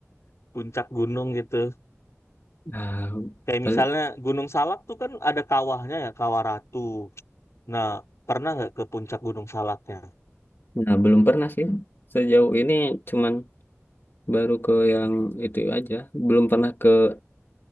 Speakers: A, on the left; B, on the left.
A: puncak gunung gitu.
B: Ah,
A: Kayak
B: bel-
A: misalnya Gunung Salak tuh kan ada kawahnya ya, Kawah Ratu. Nah, pernah nggak ke puncak Gunung Salaknya?
B: nah belum pernah sih sejauh ini cuman baru ke yang itu aja belum pernah ke